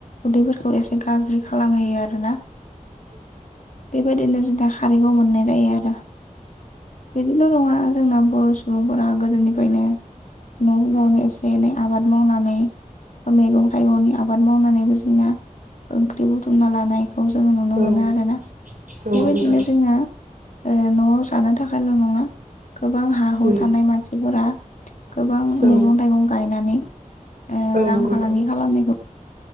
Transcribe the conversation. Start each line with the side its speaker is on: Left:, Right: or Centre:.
Left: उदैफोरखौ एसे गाज्रि खालामहैयो आरोना बेबायदिनो जोंहा खारैखौ मोननाय जायो आरो बिदिल' नङा जोंना बर' सुबुंफोरा गोदोनिफ्रायनो न'फोरावनो एसे एनै आबाद मावनानै मैगं थाइगंनि आबाद मावनानैबो जोंना ओंख्रि बुथुमना लानाय खौ जोङो नुनो
Right: नंगौ
Left: मोनो आरो ना बेबायदिनो
Right: नोंथां
Left: जोंना ओ न'आव जानो थाखायल' नङा गोबां हा हु
Right: उम
Left: थानाय मानसिफोरा गोबां
Right: औ
Left: मैगं थाइगं गायनानै ओ
Right: औ
Left: रां
Right: नंगौ
Left: फालांगि
Right: नोंथां
Left: खालामनायखौ